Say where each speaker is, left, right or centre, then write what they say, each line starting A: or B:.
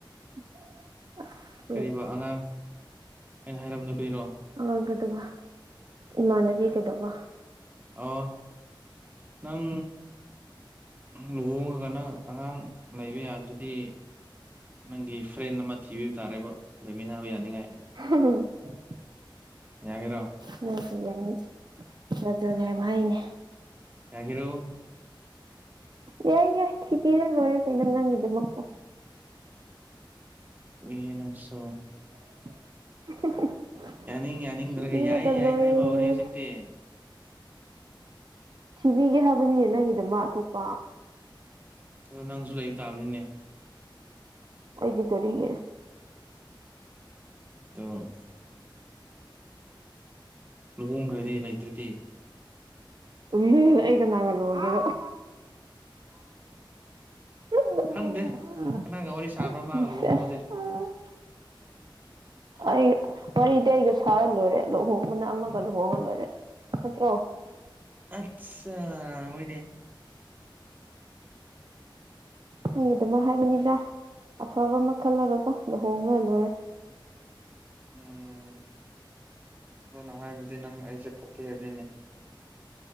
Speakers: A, on the right; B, on the right.
A: <inaudible>
B: ꯀꯔꯤꯕ ꯑꯉꯥꯡ ꯑꯩꯅ ꯍꯥꯏꯔꯝꯗꯣ ꯀꯔꯤꯅꯣ
A: ꯑ ꯀꯗꯕ ꯏꯃꯥꯟꯅꯕꯤ ꯀꯗꯧꯕ
B: ꯑꯣ ꯅꯪ ꯂꯨꯍꯣꯡꯉꯒ ꯅꯪ ꯑꯉꯥꯡ ꯂꯩꯕ ꯌꯥꯗ꯭ꯔꯗꯤ ꯅꯪꯒꯤ ꯐ꯭ꯔꯦꯟ ꯑꯃ ꯊꯤꯕꯤꯕ ꯇꯥꯔꯦꯕ ꯂꯩꯃꯤꯟꯅꯕ ꯌꯥꯅꯤꯡꯉꯥꯏ
A: <unintelligible>
B: ꯌꯥꯒꯤꯔꯣ
A: ꯅꯠꯇ ꯌꯥꯏꯅꯤ ꯅꯠꯇꯁꯨ ꯍꯥꯏꯕ ꯍꯥꯏꯩꯅꯦ
B: ꯌꯥꯒꯤꯔꯣ
A: ꯌꯥꯏ ꯌꯥ ꯀꯗꯤꯔ ꯅꯣ ꯀꯩꯅ ꯅꯪꯗ ꯃꯀ
B: ꯌꯦ ꯅꯪꯁꯨꯣ
A: <unintelligible>
B: ꯌꯥꯅꯤꯡ ꯌꯥꯅꯤꯡꯗ꯭ꯔꯒ
A: ꯊꯤꯕꯤꯔꯒ
B: ꯌꯥꯏ ꯌꯥꯏ
A: ꯂꯣꯏꯔꯦ
B: ꯍꯥꯏꯕ ꯍꯧꯔꯦ ꯍꯧꯖꯤꯛꯇꯤ
A: ꯁꯤꯕꯤꯒꯦ ꯍꯥꯏꯕꯅꯤꯅꯦ ꯅꯪꯒꯤꯗꯨꯃ ꯑꯇꯣꯞꯄ
B: ꯑꯗ ꯅꯪꯁꯨ ꯂꯩꯕ ꯇꯥꯕꯅꯤꯅꯦ
A: ꯑꯣꯏꯣꯏꯗꯗꯔꯤꯒ
B: ꯇꯣ ꯂꯨꯍꯣꯡꯈ꯭ꯔꯗꯤ ꯂꯩꯇ꯭ꯔꯗꯤ
A: ꯎꯝ ꯑꯩꯒ ꯅꯒꯂꯗꯣ <unintelligible>
B: ꯈꯪꯗꯦ ꯀꯅꯥꯒ ꯋꯥꯔꯤ ꯁꯥꯕ꯭ꯔꯥ ꯃꯥꯒ ꯂꯨꯍꯣꯡꯕꯁꯦ
A: ꯑꯩ ꯋꯥꯔꯤꯗꯤ ꯑꯩꯒ ꯁꯥꯔ ꯂꯣꯏꯔꯦ ꯂꯨꯍꯣꯡꯕꯅ ꯑꯃꯒ ꯂꯨꯍꯣꯡꯉ ꯂꯣꯏꯔꯦ ꯅꯠꯇ꯭ꯔꯣ
B: ꯑꯆꯥ ꯑꯣꯏꯣꯏꯅꯦ
A: ꯅꯪꯒꯤ ꯑꯗꯨꯃꯛ ꯍꯥꯏꯕꯅꯤꯗ ꯑꯐꯕ ꯑꯃ ꯈꯜꯂꯒ ꯀꯣ ꯂꯨꯍꯣꯡꯉ ꯂꯣꯏꯔꯦ
B: ꯎꯝ ꯑꯗꯨꯅ ꯍꯥꯏꯕꯗꯤ ꯅꯪ ꯑꯩꯁꯦ ꯐꯠꯇꯦ ꯍꯥꯏꯕꯅꯤꯅꯦ